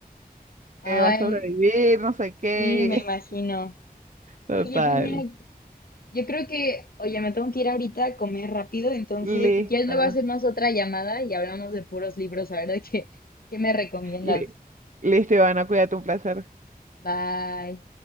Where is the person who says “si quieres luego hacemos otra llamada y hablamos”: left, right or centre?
Left